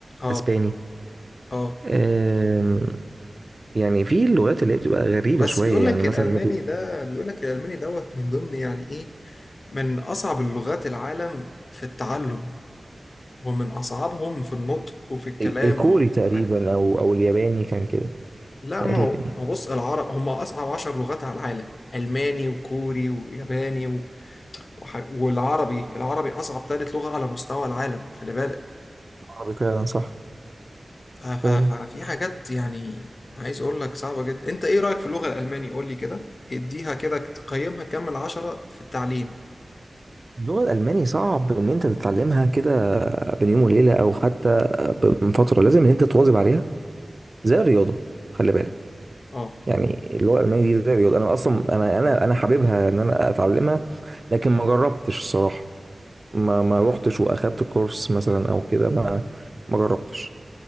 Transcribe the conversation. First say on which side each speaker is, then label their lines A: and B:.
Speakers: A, on the left (about 65°); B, on the right (about 45°).
A: اه
B: اسباني
A: اه
B: أم... يعني في اللغات اللي هي بتبقى غريبه
A: بس
B: شويه
A: بيقول
B: يعني
A: لك
B: مثلا
A: الالماني
B: مم.
A: ده بيقول لك الالماني دوت من ضمن يعني ايه من اصعب اللغات العالم في التعلم ومن اصعبهم في النطق وفي الكلام
B: ال- الكوري
A: وحاجة
B: تقريبا او او الياباني كان كده
A: لا
B: تقريبا
A: ما هو
B: يعني
A: ما هو بص العرب هم اصعب عشر لغات على العالم الماني وكوري وياباني و... وح... والعربي العربي اصعب ثالث لغة على مستوى العالم خلي بالك
B: عربي فعلا صح
A: ف- ف-
B: فعلا
A: ففي حاجات يعني عايز اقول لك صعبة جدا انت ايه رأيك في اللغة الألماني قول لي كده اديها كده تقيمها كام من عشرة في التعليم
B: اللغة الألماني صعب إن أنت تتعلمها كده بين يوم وليلة أو حتى من فترة لازم إن أنت تواظب عليها زي الرياضة خلي بالك
A: اه
B: يعني اللغة الألمانية دي زي الرياضة أنا أصلا أنا أنا أنا حاببها إن أنا أتعلمها لكن ما جربتش الصراحة ما ما روحتش وأخدت كورس مثلا أو كده ما ما جربتش